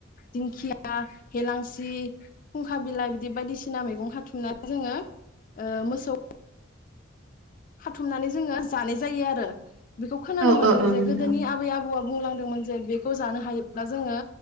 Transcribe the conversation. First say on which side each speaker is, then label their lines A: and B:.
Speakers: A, on the left; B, on the right.
A: दिंखिया हेलांसि फुंखा बिलाइ बिदि बायदिसिना मैगं खाथुमनानै जोङो ओ मोसौ खाथुमनानै जोङो जानाय जायो आरो। बेखौ खोनानो
B: औ
A: मोनदों
B: औ औ
A: जे
B: नोंथां
A: गोदोनि आबै आबौआ बुंलांदोंमोन। जे बेखौ जानो हायोब्ला जोङो